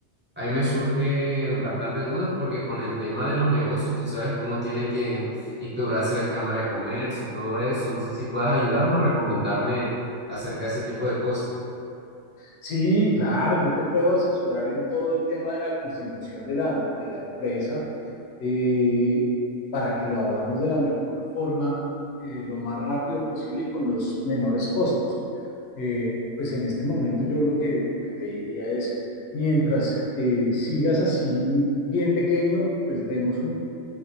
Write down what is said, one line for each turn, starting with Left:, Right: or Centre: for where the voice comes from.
Right: ahí me surgen bastantes dudas porque con el tema de los negocios, tú sabes que uno tiene que instaurarse en Cámara de Comercio y todo eso. No sé si puedas ayudarme o recomendarme acerca de ese tipo de cosas.
Left: Sí, claro, yo te puedo asesorar en todo el tema de la constitución de la, de la empresa eh, para que lo hagamos de la mejor forma, eh, lo más rápido posible y con los menores costos. Eh, pues en este momento yo lo que, que te diría es, mientras eh, sigas así bien pequeño, pues demos un